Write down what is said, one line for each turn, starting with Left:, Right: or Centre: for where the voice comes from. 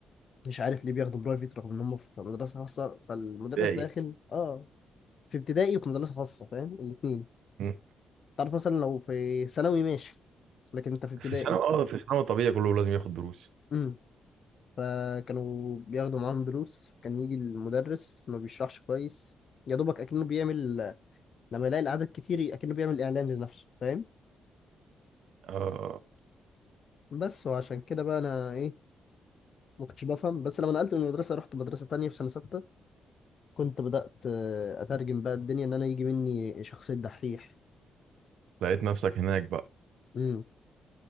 Left: مش عارف ليه بياخدوا برايفت رغم ان هم في مدرسه خاصه فالمدرس
Right: ابتدائي
Left: داخل اه في ابتدائي وفي مدرسه خاصه فاهم الاثنين
Right: مم.
Left: تعرف مثلا لو في ثانوي ماشي لكن انت في ابتدائي
Right: في ثانوي اه في ثانوي طبيعي كله لازم ياخد دروس
Left: امم فكانوا بياخدوا معاهم دروس كان يجي المدرس ما بيشرحش كويس يا دوبك اكنه بيعمل لما يلاقي العدد كتير اكنه بيعمل اعلان لنفسه فاهم
Right: اه
Left: بس وعشان كده بقى انا ايه ما كنتش بفهم بس لما نقلت من المدرسه رحت مدرسه تانية في سنه ستة كنت بدأت آه، اترجم بقى الدنيا ان انا يجي مني شخصيه دحيح
Right: لقيت نفسك هناك بقى
Left: امم